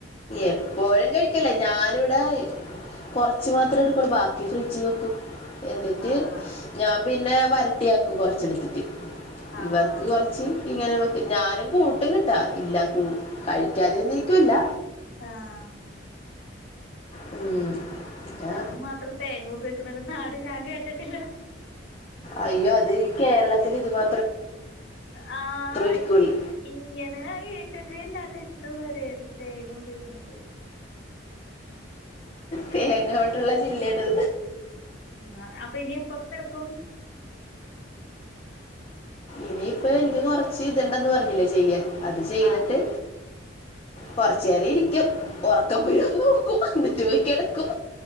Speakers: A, on the left (about 30°); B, on the left (about 65°).
A: എപ്പോഴും കഴിക്കില്ല ഞാനിവിടെ കൊർ കൊറച്ച് മാത്രം എടുക്കൂ ബാക്കി ഫ്രിഡ്ജീ വെക്കും എന്നിട്ട്
B: ആഹ്
A: ഞാൻ പിന്നെ വര വൃത്തിയാക്കും കൊറച്ചെടുത്തിട്ട്
B: ആഹ്
A: ഇവർക്ക് കൊറച്ച്
B: ഓ
A: ഇങ്ങനെ വെ ഞാനും കൂട്ടും കിട്ടാ ഇല്ല കഴിക്കാതെന്നും ഇരിക്കില്ല.
B: ആഹ്
A: പിന്നെ
B: ഉ ഇതിനും മാത്രം തേങ്ങ ഉപയോഗിക്കുന്ന ഒരു നാട് ഞാൻ കേട്ടത്തില്ല
A: അയ്യോ അത് ഈ കേരളത്തിൽ ഇതുമാ
B: ആഹ
A: ഇരിക്കുള്ളൂ
B: ഇങ്ങനെ കേട്ടിട്ട് ഇല്ലാട്ട ഇതുവരെയും തേങ്ങ ഉപയോഗിക്ക്ണത്
A: തേങ്ങോവെട്ടുള്ള ജില്ലയാണ്ത്
B: ആ അപ്പൊ ഇനി എപ്പോ കെടക്കും?
A: ഇനിയിപ്പ എനിക്ക് കൊറച്ച് ഇത്ണ്ടന്ന് പറഞ്ഞില്ലേ ചെയ്യാൻ അത് ചെയ്തിട്ട്
B: ആഹ്
A: കൊറച്ചു നേരം ഇരിക്കും ഉറക്കം പോഴന്ന് നോക്കും എന്നിട്ട് പോയിക്കിടക്കും